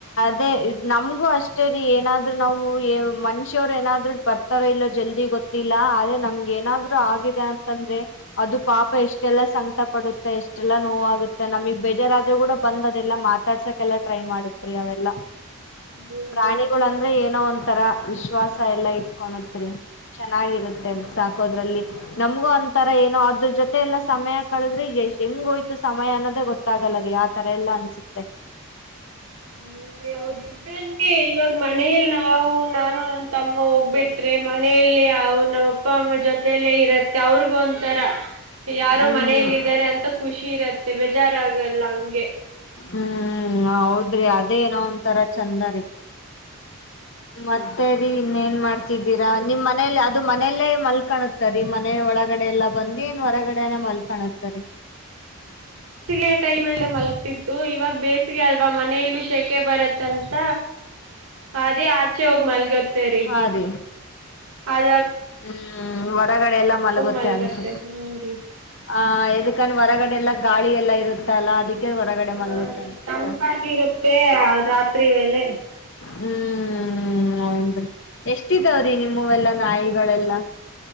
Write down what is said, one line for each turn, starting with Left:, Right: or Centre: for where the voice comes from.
Left: ಅದೇ ನಮ್ಗೂ ಅಷ್ಟೇ ರೀ ಏನಾದ್ರು ನಾವು ಮನುಷ್ಯವರು ಏನಾದ್ ಬರ್ತಾರ ಇಲ್ಲೋ ಜಲ್ದಿ ಗೊತ್ತಿಲ್ಲ ಆದ್ರೆ ನಮ್ಗೆ ಏನಾದ್ರು ಆಗಿದೆ ಅಂತಂದ್ರೆ ಅದು ಪಾಪ ಎಷ್ಟೆಲ್ಲಾ ಸಂಕಟ ಪಡುತ್ತೆ ಎಷ್ಟ ಅಷ್ಟೆಲ್ಲಾ ನೋವಾಗುತ್ತೆ ನಮಗ್ ಬೇಜಾರಾದ್ರೂ ಕೂಡ ಬಂದ ಅದೆಲ್ಲಾ ಮಾತಾಡ್ಸಕ್ಕೆೆಲ್ಲಾ ಟ್ರೈ ಮಾಡತ್ ಅವೆಲ್ಲ
Right: ಹೌದು
Left: ಪ್ರಾಣಿಗಳ ಅಂದ್ರೆ ಏನೋ ಒಂಂತರ ವಿಶ್ವಾಸ ಎಲ್ಲಾ ಇಟ್ಕಳತ್ರಿ ಚೆನ್ನಾಗಿರತ್ತೆ ಸಾಕೋದ್ರಲ್ಲಿ ನಮ್ಗೂ ಒಂತರ ಏನೋ ಅದ್ರ ಜೊತೆ ಎಲ್ಲಾ ಸಮಯ ಕಳದ್ರೆ ಹೆಂಗ ಹೋಯ್ತು ಸಮಯ ಅನ್ನೋದೇ ಗೊತ್ತಾಗಲ್ಲ ರೀ ಆತರ ಎಲ್ಲಾ ಅನ್ಸುತ್ತೆ
Right: ಹೌದ ಹದ ಇದ್ರೇನೆ ಇವಾಗ ಮನಲಿ ನಾವು ನಾನು ನನ್ ತಮ್ಮ ಹೋಗ್ಬಿಟ್ರೆ ಮನೆಯಲ್ಲಿ ನಮ್ಮ್ ಅಪ್ಪ ಅಮ್ಮ ಜೊತಲ್ಲೇ ಇರತ್ತೆ ಮ ಅವ್ರಗ ಒಂಂತರ ಯಾರೋ
Left: ಹ್ಮ್
Right: ಮನಲ್ಲ ಇದಾರೆ ಅಂತ ಖುಷಿ ಇರತ್ತೆ ಮತ್ತೆ ಬೇಜಾರ ಆಗಲ್ಲ ಹಂಗೆ
Left: ಹ್ಮ್ ಹೌದ್ರಿ ಅದೇ ಏನೋ ಒಂತರ ಚಂದರಿ ಮತ್ತೆ ರಿ ಇನ್ನೇಏನ್ ಮಾಡ್ತಿದ್ದೀರಾ ನಿಮ್ ಮನೇಲಿ ಅದು ಮನೆಯಲ್ಲೇ ಮಲ್ಕಾಣತಾರೀ ಮನೆ ಒಳಗಡೆ ಎಲ್ಲಾ ಬಂದಿ ಇನ್ ಹೊರಗಡೆನೆೇ ಮಲ್ಕಾಣತರಿ
Right: ಗೆ ಟೈಮ್ ಅಲ್ಲೇ ಮಲ್ತಿತ್ತು ಇವಾಗ ಬೇ ಅಲ್ವಾ ಮನೆಯಲ್ಲೂ ಶೆಕೆ ಬರತ್ತಂತ ಅದೇ ಆಚೆ ಹೋಗಿ ಮಲ್ಗತ್ತೇರಿ
Left: ಹಾ ರೀ
Right: ಅದ
Left: ಹ್ಮ್ ಹೊರಗಡೆ ಎಲ್ಲಾ ಮಲಗುತ್ತೆ
Right: ಮಲ್ಗತ್ತೆ
Left: ಅನ್ಸ
Right: ಹ್ಮ್ ರೀ
Left: ಆ ಇದಕನ್ ಹೊರಗಡೆ ಎಲ್ಲ ಗಾಳಿ ಎಲ್ಲ ಇರುತ್ತ ಅಲ್ಲ ಅದಕ್ಕೆ ಹೊರಗಡೆ ಮಲಗುತ್ತ
Right: ಹ
Left: ಅನ್ಸುತ್ತೆ
Right: ತಂಪಾಗಿರುತ್ತೆ ರಾತ್ರಿ ವೇಲೆ
Left: ಹ್ಮ್ ಹೌನ್ರಿ ಎಷ್ಟಿದಾವ್ರೀ ನಿಮ್ಮವೆಲ್ಲ ನಾಯಿ ಎಲ್ಲ